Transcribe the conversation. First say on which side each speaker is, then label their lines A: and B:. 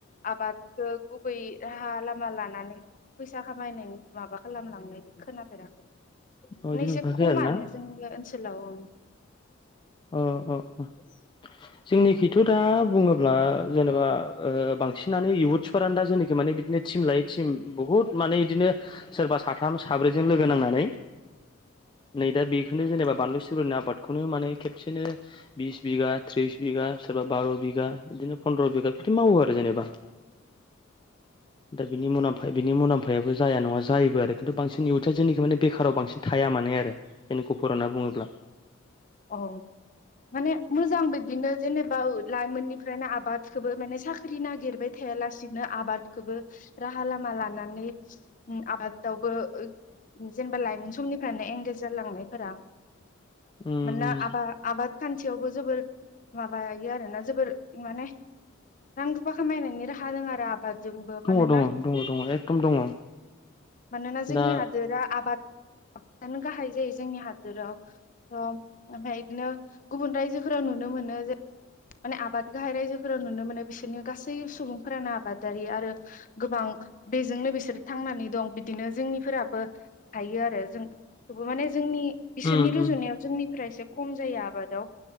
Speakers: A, on the left; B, on the left.
A: आबादखो बै राहा <unintelligible> लानानै फैसा खामायनायनि माबा खालामलांनाय खोनाफेराखै
B: अ बिदि
A: नैसे
B: नुफेराखै
A: खमानो
B: आरो ना
A: जोंनि सोलाव औ।
B: अ अ जोंनिखिथ' दा बुङोब्ला जेनेबा बांसिनानो इयुथ्सफोरानो दा जोंनिखि माने बिदिनो थिम लायै थिम बुहुद माने बिदिनो सोरबा साथाम साब्रैजों लोगो नांनानै नै दा बेखौनो जेनेबा बानलु सिुरुनि आबादखौनो माने खेबसेनो बिस बिगा थ्रिस बिगा सोरबा बार' बिगा बिदिनो फन्द्र' बिगा बिदि मावो आरो जेनेबा दा बिनि मलाम्फा बिनि मुलाम्फायाबो जाया नङा जायोबो आरो खिन्थु बांसिन इयुथा जोंनिखि माने बेखाराव बांसिन थाया माने आरो बेनो गुफुर होनना बुङोब्ला
A: औ माने मोजां बिदिनो। जेनेबा लाइमोननिफ्रायनो आबादखौबो माने साख्रि नागिरबाय थायालासिनो आबादखौबो राहा लामा लानानै आबादआवबो जेनबा लाइमोन समनिफ्रानो एंगेज जालांनायफोरा
B: उम
A: मोनना
B: उम
A: आबा आबाद खान्थियावबो जोबोर माबायो आरोना जोबोर माने रां रुफा खामायनायनि राहा दोङो आरो आबाद जोंबो
B: दङ
A: मानोना
B: दङ दङ दङ एकदम दङ
A: मानोना जोंनि
B: दा
A: हादोरा आबाद <unintelligible> नो गाहाय जायो जोंनि हादोराव ओमफ्राय बिदिनो गुबुन रायजोफोराव नुनो मोनो जे माने आबाद गाहाइ राइजोफोराव नुनो मोनो बिसोरनि गासै सुबुंफोरानो आबादारि आरो गोबां बेजोंनो बिसोरो थांनानै दं बिदिनो जोंनिफोराबो थायो आरो जों थेवबो माने जोंनि बिसोरनि
B: उम
A: रुजुनायाव
B: उम
A: जोंनि फ्रायसे खम जायो आबादाव